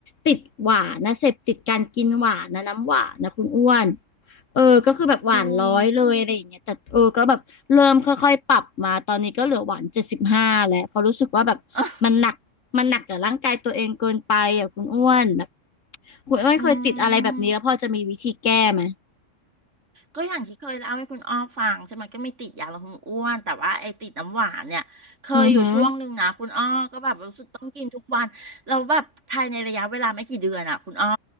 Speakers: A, on the left; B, on the right.
A: ติดหวานนะเสพติดการกินหวานนะน้ำหวานนะคุณอ้วน เออก็คือแบบหวานร้อยเลยอะไรอย่างเงี้ยแต่เออก็แบบเริ่มค่อยๆปรับมาตอนนี้ก็เหลือหวานเจ็ดสิบห้าแล้ว
B: อืม
A: เพราะรู้สึกว่าแบบมันหนักมันหนักกับร่างกายตัวเองเกินไปอ่ะคุณอ้วนแบบ
B: <laughs> อ่ะ
A: คุณอ้วนเคยติดอะไรแบบนี้แล้วพอจะมีวิธีแก้ไหม
B: อืม ก็อย่างที่เคยเล่าให้คุณอ้อฟังใช่ไหมก็มีติดยาลดความอ้วนแต่ว่าไอ้ติดน้ำหวานเนี่ยเคยอยู่ช่วงหนึ่งนะคุณอ้อก็แบบรู้สึกต้องกินทุกวันเราแล้วแบบภายในระยะเวลาไม่กี่เดือนอ่ะคุณอ้อ
A: อือหือ